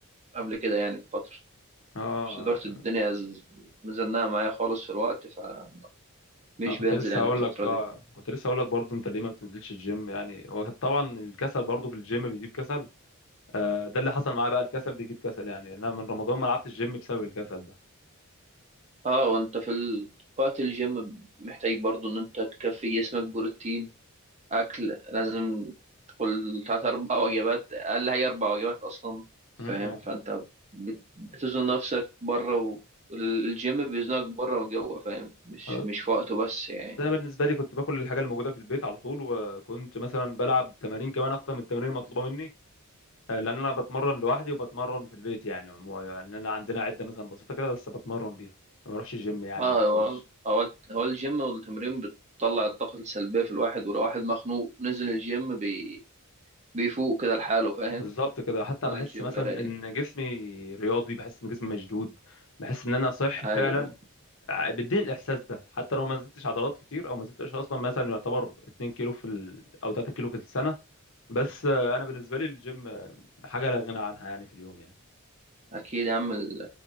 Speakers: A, on the right; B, on the left.
A: قبل كده يعني بفتره
B: اه
A: بس دلوقتي
B: آه،
A: الدنيا ز- مزنقه معايا خالص في الوقت فمش
B: انا كنت
A: بنزل
B: لسه
A: يعني
B: هقول
A: الفتره
B: لك بقى
A: دي
B: كنت لسه هقول لك برضو انت ليه ما بتنزلش الجيم يعني هو طبعا الكسل برضو في الجيم بيجيب كسل آه، ده اللي حصل معايا بقى الكسل بيجيب كسل يعني انا من رمضان ما لعبتش الجيم بسبب الكسل ده
A: اه وانت في ال- وقت الجيم محتاج برضو ان انت تكفي جسمك بروتين أكل لازم تقول تلات أربع وجبات أقل حاجة أربع وجبات أصلا
B: مم،
A: فاهم
B: آه.
A: فأنت بت- بتزن نفسك بره والجيم بيزنك بره وجوه فاهم مش
B: آه،
A: مش في وقته بس يعني
B: انا بالنسبه لي كنت باكل الحاجه الموجوده في البيت على طول وكنت مثلا بلعب تمارين كمان اكتر من التمارين المطلوبه مني آه، لان انا بتمرن لوحدي وبتمرن في البيت يعني عموما يعني انا عندنا عده مثلا بسيطه كده بس بتمرن بيها ما بروحش الجيم يعني
A: اه
B: مخصوص
A: هو هو هو الجيم والتمرين بتطلع الطاقة السلبية في الواحد ولو واحد مخنوق نزل الجيم بي بيفوق كده لحاله فاهم
B: بالظبط كده حتى
A: على
B: بحس
A: الجيم
B: مثلا
A: رايق
B: ان جسمي رياضي بحس ان جسمي مشدود بحس ان انا صحي
A: ايوه
B: فعلا آه، بيديني الاحساس ده حتى لو ما زدتش عضلات كتير او ما زدتش اصلا مثلا يعتبر 2 كيلو في ال... او 3 كيلو في السنه بس آه، انا بالنسبه لي الجيم آه، حاجه لا غنى عنها يعني في اليوم يعني
A: اكيد يا عم ال-